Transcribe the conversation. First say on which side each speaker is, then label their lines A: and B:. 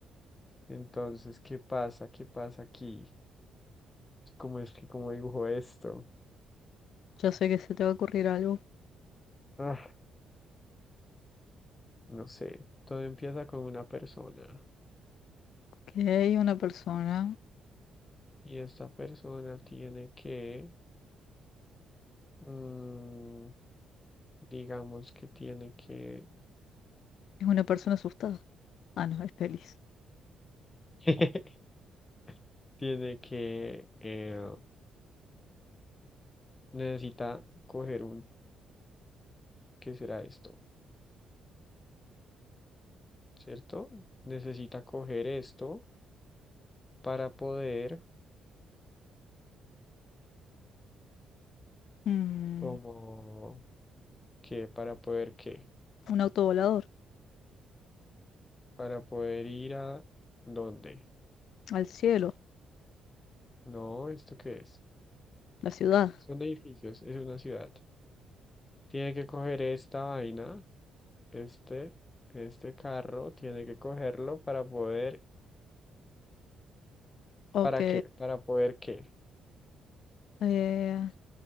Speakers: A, on the left (about 25°); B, on the left (about 70°).
A: Entonces, ¿qué pasa? ¿Qué pasa aquí? ¿Cómo es que cómo dibujo esto?
B: Ya sé que se te va a ocurrir algo.
A: Ah, no sé. Todo empieza con una persona.
B: Que una persona.
A: Y esta persona tiene que, mm, digamos que tiene que,
B: Es una persona asustada. Ah, no, es feliz.
A: <laughs> tiene que, eh, necesita coger un, ¿qué será esto? ¿cierto? Necesita coger esto para poder,
B: Mm,
A: como, qué ¿Para poder qué?
B: un auto volador.
A: Para poder ir a dónde.
B: Al cielo.
A: No, ¿esto qué es?
B: La ciudad.
A: Son edificios, es una ciudad. Tiene que coger esta vaina, este, este carro, tiene que cogerlo para poder,
B: Ok.
A: ¿para qué? Para poder qué.
B: eh,